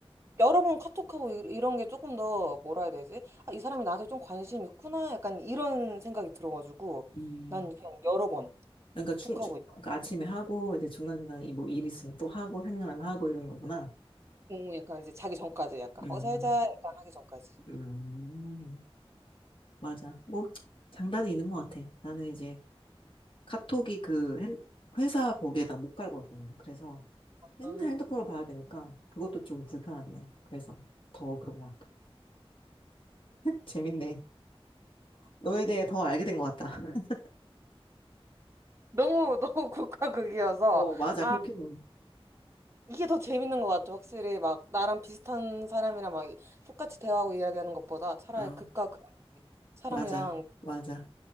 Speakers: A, on the right; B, on the left.
A: 여러 번 카톡하고 이- 이런 게 조금 더 뭐라 해야 되지? 아, 이 사람이 나한테 좀 관심 있구나. 약간 이런 생각이 들어가지고
B: 음.
A: 난 그냥 여러 번
B: 그러니까 추,
A: 톡하고
B: 추, 그러니까 아침에 하고 이제 중간중간에 이뭐 일 있으면 또 하고 생각나면 하고 이러는 거구나.
A: 응, 약간 이제 자기 전까지 약간
B: 음.
A: 어 살자 약간 하기 전까지.
B: 음. 맞아. 뭐 장단이 있는 것 같아. 나는 이제 카톡이 그 핸- 회사 거기에다 못 갈거든. 그래서 맨날
A: 어,
B: 핸드폰을 봐야 되니까 그것도 좀 불편하긴 해. 그래서 더 그런 것 같아. 재밌네. 너에 대해 더 알게 된 것 같다. <laughs>
A: 너무 <laughs> 너무 국가극이어서
B: 어, 맞아.
A: 아
B: 그렇게는.
A: 이게 더 재밌는 것 같아 확실히 막 나랑 비슷한 사람이랑 막 똑같이 대화하고 이야기하는 것보다 차라리
B: 어,
A: 극과 극 사람이랑
B: 맞아. 맞아.